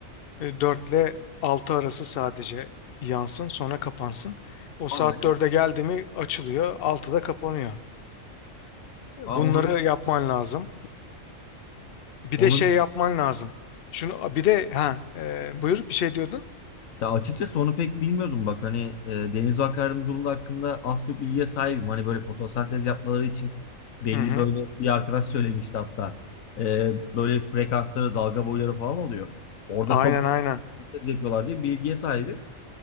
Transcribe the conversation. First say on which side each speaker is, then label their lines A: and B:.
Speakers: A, on the left; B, on the left.
A: e, 4 ile 6 arası sadece yansın sonra kapansın. O saat
B: Aa öyle.
A: dörde
B: mi?
A: geldi mi açılıyor altıda kapanıyor.
B: Aa
A: Bunları
B: onu bil-
A: yapman lazım. Bir
B: onu
A: de şey
B: bil-
A: yapman lazım. Şunu bir de ha e, buyur bir şey diyordun.
B: ya açıkçası onu pek bilmiyordum bak hani e, deniz yolu hakkında az çok bilgiye sahibim. Hani böyle fotosentez yapmaları için belli
A: Hı hı.
B: böyle bir arkadaş söylemişti hatta. E, böyle frekansları, dalga boyları falan oluyor. Orada
A: Aynen
B: çok
A: aynen.
B: fotosentez yapıyorlar diye bilgiye sahibim.